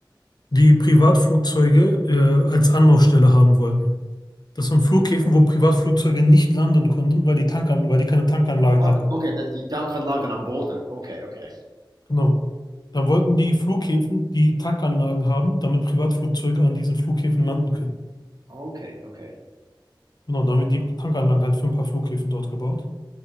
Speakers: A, on the left (about 55°); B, on the right (about 50°).
A: die Privatflugzeuge äh, als Anlaufstelle haben wollten. Das waren Flughäfen,
B: Oh,
A: wo Privatflugzeuge nicht landen konnten, weil die Tankan weil die keine Tankanlagen
B: ah,
A: hatten.
B: Okay, da- die Tanken lagen am Boden. Okay, okay.
A: Genau. Dann wollten die Flughäfen die Tankanlagen haben, damit Privatflugzeuge an diesen Flughäfen landen können.
B: Okay, okay.
A: Genau, damit die
B: o-
A: Tankanlagen halt für ein paar Flughäfen dort gebaut.